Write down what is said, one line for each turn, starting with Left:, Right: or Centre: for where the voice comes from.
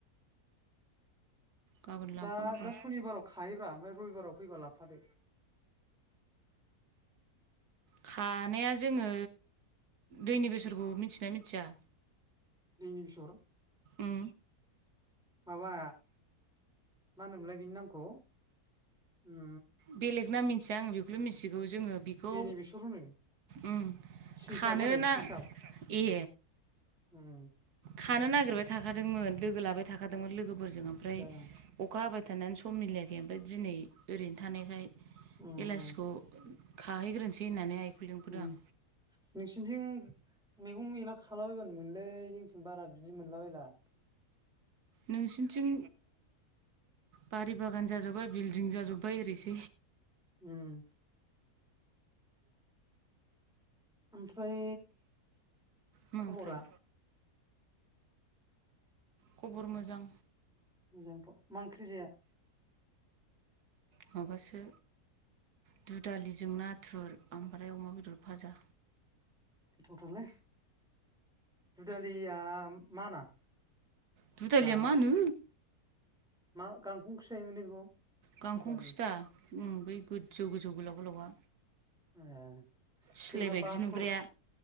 Right: गाबोन लांफागोन
Centre: दा
Right: र'
Centre: दा सनिबाराव खाहैब्रा ओमफ्राय रबिबाराव फैबा लाफादो
Right: खानाया जोङो दैनि बेसरखौ मिथिना मिथिया
Centre: दैनि बिसर
Right: ओं
Centre: माबा मा होनोमलाय बिनि नामखौ ओ
Right: बेलेग ना मिथि थिया आं बेखौल मिथिगौ जोङो बिखौ
Centre: दैनि बेसर होनो
Right: ओं
Centre: सिंसाब
Right: खानोना
Centre: होनो सिंसाब
Right: ए
Centre: उम
Right: खानो नागिरबाय थाखादोंमोन लोगो लाबाय थाखादों लोगोफोरजों
Centre: आदसा
Right: ओमफ्राय अखा हाबाय थानानै सम मिलायाखै ओमफ्राय दिनै ओरैनो थानायखाय
Centre: उम उम
Right: एलासिखौ खाहैग्रोनोसै होननानै आइखौ लिंबोदों
Centre: ओं
Right: आं
Centre: नोंसिनिथिं मैगं मैला खालाबायबानो मोनोलै जोंनिथिं बारा बिदि मोनला बायला
Right: नोंसनिथिं बारि बागान जाजोब्बाय बिल्डिं जाजोब्बाय ओरै <unintelligible>
Centre: ओम ओमफ्राय
Right: मा
Centre: खबरा
Right: ओमफ्राय खबर मोजां
Centre: मोजांथ मा ओंख्रि जाया
Right: माबासो दु दालिजों नाथुर ओमफ्राय अमा बेदर फाजा
Centre: गोथावथारलै दुदालिया मा ना
Right: दुदालिया
Centre: जानायाव
Right: मा होनो
Centre: मा गांखंसो जायोमोन ने बेखौ
Right: गांखं
Centre: दुदालि
Right: सोदा उम बै गोजौ गोजौ गोलाव गोलावा
Centre: ए
Right: सिलाय
Centre: जोंहा
Right: बायदि
Centre: बासर
Right: नुग्राया